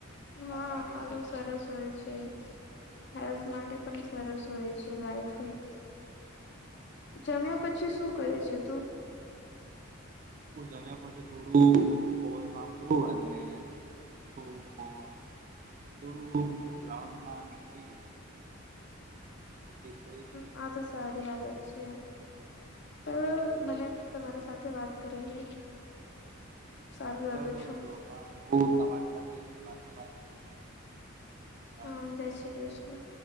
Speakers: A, on the left; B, on the right.
A: હા!
B: આ સારી
A: આલું
B: આદત
A: સરસ
B: છે
A: હોય. હેલ્થ માટે પણ, સરસ હોય છે લાઈટ ફૂડ. જમ્યા પછી, શું કરે છે તું?
B: હું જમ્યા પછી થોડું ફોન વાપરું અને થોડું થોડુ ગ્રાઉન્ડમાં નીકળી બસ થ
A: હા! તો સારી આદત છે. ચાલો મને તમારી સાથે વાત કરીને સારું લાગું
B: ચાલો
A: છું.
B: તો હા હું તમારી સાથે વાત કરીશ બાય
A: હા! જય શ્રી કૃષ્ણ.